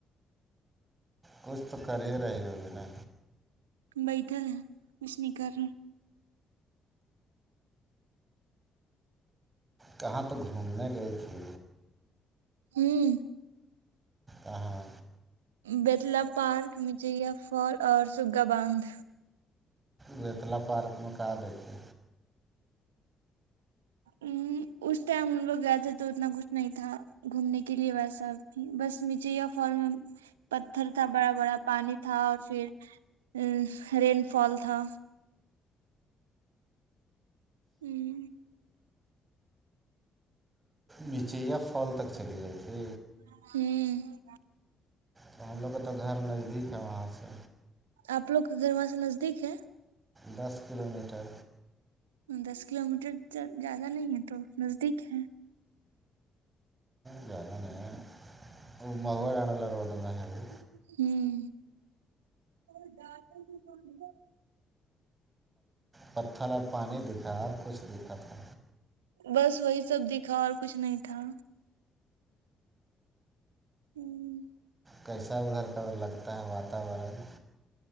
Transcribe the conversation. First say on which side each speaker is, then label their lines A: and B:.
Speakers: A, on the right; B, on the right.
A: کچھ تو کر ہی رہے ہوگی نا
B: بیٹھا ہے کچ نہیں کر رہ
A: کہاں تو گھومنے گئی تھی
B: ہوں
A: ہ ہاں
B: بیتلا پارک مجیا فال اور سگا باندھ
A: بیتلا پارک میں کہ دیتے
B: ا اس ٹائم ان لوگ گیا تھا تو اتنا کچھ نہیں تھا گھومنے کے لیے بس اب بھی بس مجھے یا فال میں پتھر تھا بڑا بڑا پانی تھا اور پھر ا رین فال تھا ہوں
A: نیچے یا پھال تک چلی گئی تھی
B: ہوں
A: تو ہم لوگ کے تو گھر نزدیک ہے وہاں سے
B: آپ لوگ کے گھر وہاں سے نزدیک ہے
A: دس کلو میٹر
B: دس کلو میٹر زیادہ نہیں ہے تو نزدیک ہے
A: زیادہ نہیں وہ مغو آنے والا روڈ میں ہے وہ
B: ہوں
A: پتھر اور پانی دکھا اور کچھ دکھا تھا
B: بس وہی سب دکھا اور کچھ نہیں تھا ہوں
A: کیسا ادھر کا لگتا ہے واتاورن